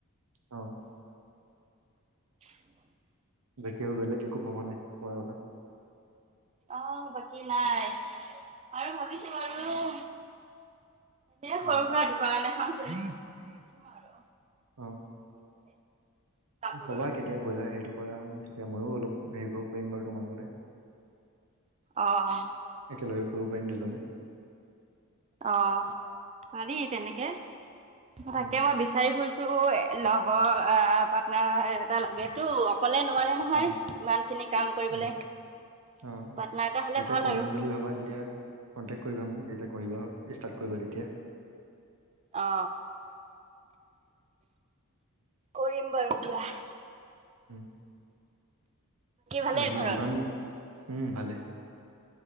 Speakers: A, on the right; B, on the right.
A: অ
B: <inaudible>
A: বাকি আৰু বেলেগ একো ভবা নাই পঢ়াৰ কথা।
B: আহ বাকী নাই আৰু ভাবিছো বাৰু। এনে
A: উম,
B: সৰু সুৰা দোকান এখন খুলিম আৰু
A: অঁ।
B: <inaudible> কাপোৰৰ
A: কবা কেতিয়া ব্ৰইলাৰ হেৰিটো কৰা তেতিয়া ময়ো অলপ হেৰি কৰিব পাৰিম বাৰু তোমাৰ লগতে।
B: অঁ অঁ।
A: একেলগে কৰিব পাৰিম দুজনে।
B: অ পাৰি তেনেকে তাকে
A: উম।
B: মই বিচাৰি ফুৰিছো। ত লগৰ পাৰ্টনাৰ এটা লাগেতো। অকলে নোৱাৰে নহয়,
A: উম,
B: ইমানখিনি কাম কৰিবলে।
A: উম, অ,
B: পাৰ্টনাৰ এটা হলে
A: যেতিয়া
B: ভাল
A: কৰিম
B: আৰু
A: বুলি ভাবা তেতিয়া কণ্টেক কৰিবা মোক যেতিয়া কৰিব ষ্টাৰ্ট কৰিবা তেতিয়া।
B: অ, কৰিম বাৰু দিয়া।
A: উম,
B: ভালেই
A: বাকী
B: ঘৰত
A: দোকান উম, ভালে।